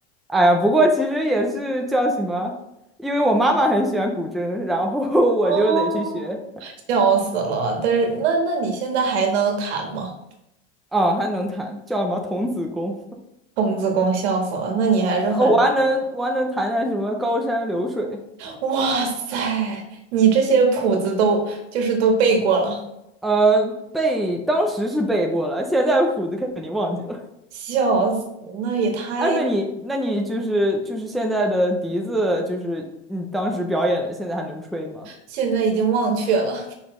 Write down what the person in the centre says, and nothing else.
哎呀，不过其实也是叫什么，因为我妈妈很喜欢古筝，然后 <laughs>
我就得去学。
啊，还能弹，叫什么童子功。
<laughs> 哦我还能我还能弹弹什么高山流水。
呃，背当时是背过了，现在谱子肯定忘记了。
哎，那你那你就是就是现在的笛子，就是你当时表演的，现在还能吹吗？